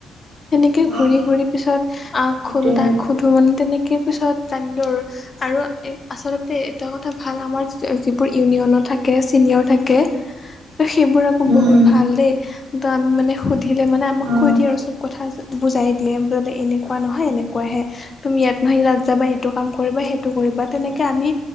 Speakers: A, on the left (about 40°); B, on the right (about 70°).
A: সেনেকে ঘূৰি
B: অ
A: ঘূৰি পিছত আ
B: সেইটোৱে
A: খো ত সুধোঁ মানে তেনেকেই পিছত জানিলোঁ আৰু আৰু আচলতে এটা কথা ভাল আমাৰ যিবোৰ ইউনিয়নৰ থাকে চিনিয়ৰ থাকে সেইবোৰ আকৌ
B: উম
A: বহুত ভাল দেই তো আমি মানে সুধিলে মানে আমাক
B: অ
A: কৈ দিয়ে আমাক চব কথা বুজাই দিয়ে বলে এনেকুৱা নহয় এনেকুৱাহে তুমি ইয়াত নহয় তাত যাবা এইটো কাম কৰিবা সেইটো কৰিবা তেনেকে আমি